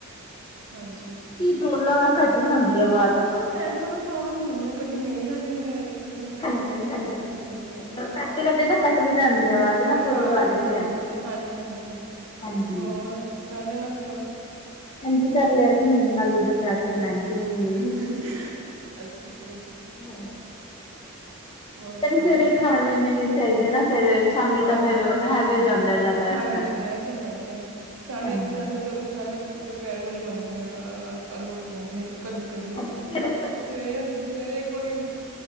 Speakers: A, on the right (about 70°); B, on the left (about 25°).
A: ਹਾਂਜੀ
B: ਪਹਿਲਾਂ ਘੱਟ ਹੀ ਆਂਦੀ ਹੈ ਆਵਾਜ
A: ਉਹ ਨਾ ਨੈਟਵਰਕ ਪ੍ਰੋਬਲਮ ਹੀਂ ਹੁੰਦਾ ਕਦੀ ਮੇਰੇ ਘੱਟ ਜਾਂਦੀ ਹੈ ਕ ਕਦੀ ਤੁਹਾਡੀ
B: ਹਾਂਜੀ
A: <unintelligible> ਵੇ ਤੁਹਾਡੀ
B: ਹਾਂਜੀ
A: ਘੱਟ
B: ਹਾਂਜੀ।
A: ਪੈਂਦੀ ਹੈ
B: ਕਦੇ ਕਦੇ ਤਾਂ ਕੱਟ ਵੀ ਜਾਂਦੀ ਆ ਆਵਾਜ਼ ਨਾ ਪੂਰੀ
A: ਹਾਂ
B: ਆਵਾਜ਼ ਵੀ
A: ਹਾਂ
B: ਨੀ ਆਂਦੀ।
A: ਹਾਂਜੀ ਹਾਂਜੀ
B: ਹਾਂਜੀ।
A: ਹੋਰ ਕਰ ਲਿਆ ਨਾਸ਼ਤਾ
B: ਹਾਂਜੀ ਕਰ ਲਿਆ ਜੀ ਹੁਣੇ ਆਲੂ ਦੇ ਪਰਾਂਠੇ ਬਣਾਏ ਸੀ ਮੰਮੀ ਨੇ।
A: ਹੰ ਹੰ ਹੰ ਅੱਛਾ ਜੀ
B: ਹਾਂਜੀ।
A: ਹੋਰ ਸੁਣਾਓ
B: ਸਵੇਰੇ ਸਵੇਰੇ ਖਾ ਲੈਣੇ ਚਾਹੀਦੇ ਨਾ ਫੇਰ ਸ਼ਾਮੀ
A: ਹਾਂ
B: ਤਾਂ ਫੇਰ
A: ਹਮ
B: ਹੈਵੀ ਹੋ ਜਾਂਦਾ ਜ਼ਿਆਦਾ
A: ਹਾਂਜੀ
B: ਇਸ ਕਰਕੇ
A: ਹਾਂਜੀ ਇਹ ਤੇ ਹੈ ਹੀ ਹੈ ਸਾਡੇ
B: ਹਾਂਜੀ
A: ਸਾਡੇ ਸਾਡੇ ਦੁਪ ਦੁਪਹਿਰ ਵੇਲੇ ਬਣਦੇ ਨੇ ਆਲੂ ਆਲੂ ਵਾਲੇ ਪਰੋਂਠੇ ਕਦੀ ਕਦੀ
B: ਹਾਂਜੀ ਫੇਰ
A: ਸਵੇਰੇ ਸਵੇਰੇ ਕੋਈ